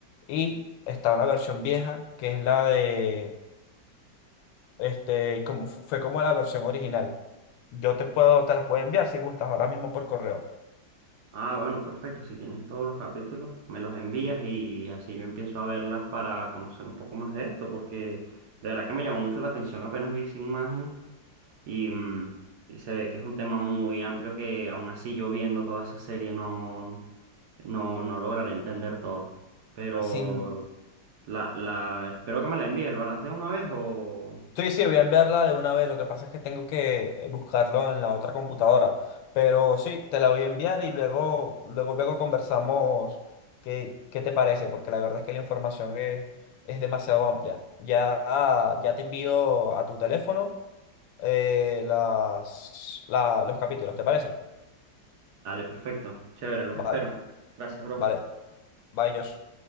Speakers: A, on the left; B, on the right.
A: Y está una versión vieja, que es la de, este, como, fu- fue como la versión original. Yo te puedo, te las puedo enviar si gustas ahora mismo por correo.
B: Ah, bueno, perfecto. Si tienes todos los capítulos, me los envías y así yo empiezo a verlas para conocer un poco más de esto, porque de verdad que me llamó mucho la atención apenas vi esa imagen y, mm, y se ve que es un tema muy amplio que aún así yo viendo toda esa serie no, no, no lograré entender todo. Pero
A: Sin
B: la, la, espero que me la envíes. ¿Lo harás de una vez o...?
A: Sí, sí, voy a enviarla de una vez. Lo que pasa es que tengo que eh, buscarlo en la otra computadora. Pero sí, te la voy a enviar y luego, luego, luego conversamos qué, qué te parece, porque la verdad es que la información es, es demasiado amplia. Ya, ah, ya te envío a tu teléfono eh, las, la- los capítulos, ¿te parece?
B: Dale, perfecto. Chévere, los
A: Vale,
B: espero. Gracias, bro.
A: vale. Bye, Josh.